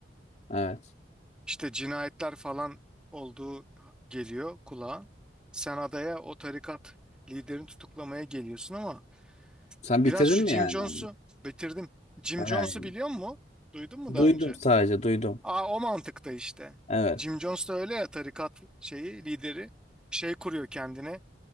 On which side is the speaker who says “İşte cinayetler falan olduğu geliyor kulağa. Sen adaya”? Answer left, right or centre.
Centre